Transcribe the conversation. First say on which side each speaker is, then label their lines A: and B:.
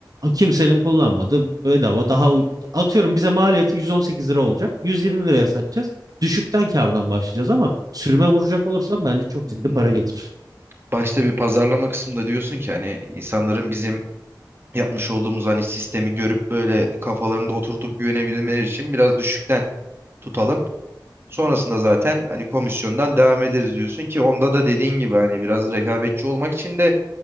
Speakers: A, on the right; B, on the right.
A: kimsenin kullanmadığı bedava daha u- atıyorum bize maliyeti 118 lira olacak. 120 liraya satacağız. Düşükten kardan başlayacağız ama sürüme vuracak olursam bence çok
B: Hmm.
A: ciddi para getirir.
B: Başta bir pazarlama kısmında diyorsun ki hani insanların bizim yapmış olduğumuz hani sistemi görüp böyle kafalarında oturtup güvenebilmeleri için biraz düşükten tutalım. Sonrasında zaten hani komisyondan devam ederiz diyorsun ki onda da dediğin gibi hani biraz rekabetçi olmak için de